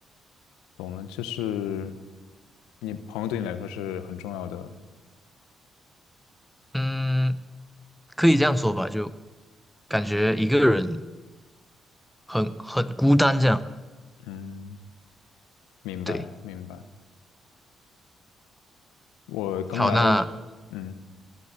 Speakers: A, on the left (about 80°); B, in the centre.
A: 懂了，就是你朋友对你来说是很重要的，
B: 嗯，可以这样说吧，就感觉一个人很很孤单这样。
A: 嗯，明白明白。
B: 对，
A: 我刚来的时，
B: 好，那
A: 嗯。